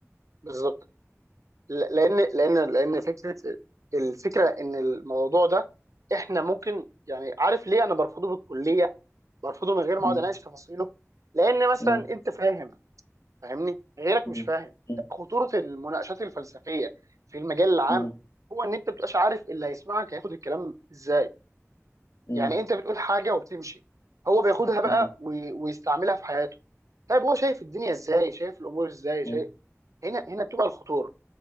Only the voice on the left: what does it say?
م-
م-
م-
م-
م- م-
م-
م-
م-
م-